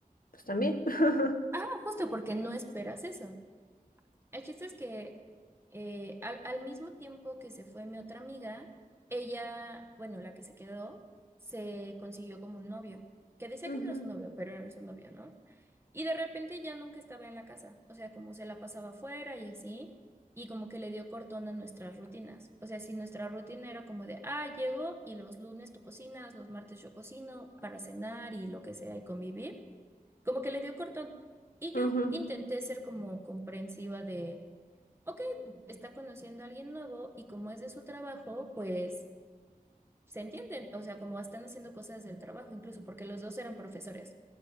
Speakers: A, on the left; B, on the right.
A: pues también. <laughs>
B: Ajá, justo porque no esperas eso. El chiste es que eh, al, al mismo tiempo que se fue mi otra amiga, ella, bueno, la que se quedó, se consiguió como un novio, que decía
A: Ujú,
B: que no era su novio, pero era su novio, ¿no? Y de repente ya nunca estaba en la casa, o sea, como se la pasaba afuera y así, y como que le dio cortón a nuestras rutinas. O sea, si nuestra rutina era como de, ah, llego y los lunes tú cocinas, los martes yo cocino para cenar y lo que sea y convivir como que le dio cortón. Y
A: ujú.
B: yo intenté ser como comprensiva de, ok, está conociendo a alguien nuevo y como es de su trabajo, pues se entienden, o sea, como están haciendo cosas del trabajo, incluso porque los dos eran profesores.